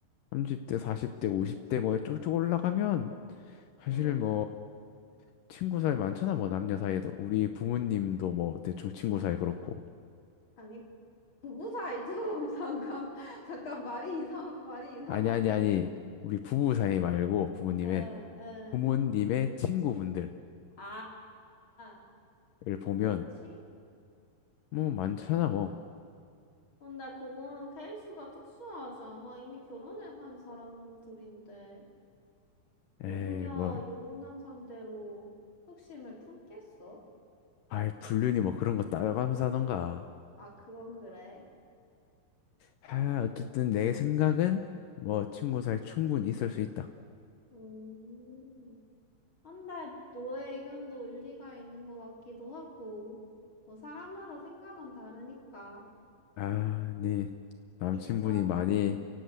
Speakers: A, on the left (about 80°); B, on the left (about 30°).
A: 30대, 40대, 50대 뭐 쭉쭉 올라가면 사실
B: 응.
A: 뭐 친구 사이 많잖아. 뭐 남녀 사이에도 우리 부모님도 뭐 대충 친구 사이 그렇고.
B: 아니, 부부 사이 좀, <laughs> 잠깐, 잠깐, 말이 이상, 말이 이상한데?
A: 아니 아니 아니. 우리 부부 사이 말고 부모님의
B: 응, 응.
A: 부모님의 친구분들을
B: 아, 아.
A: 보면
B: 그치?
A: 뭐 많잖아 뭐.
B: 근데 그거는 케이스가 특수하지 않아? 이미 결혼을 한 사람들인데, 유부녀,
A: 에이 뭐
B: 유부남 상대로 흑심을 품겠어?
A: 아이 불륜이 뭐 그런 거 따라가면서 하던가.
B: 아, 그건 그래.
A: 아 어쨌든 내 생각은 뭐 친구 사이 충분히 있을 수 있다.
B: 음. 근데 너의 의견도 일리가 있는 것 같기도 하고, 뭐 사람마다 생각은 다르니까.
A: 아, 네 남친분이
B: 이참,
A: 많이
B: 음,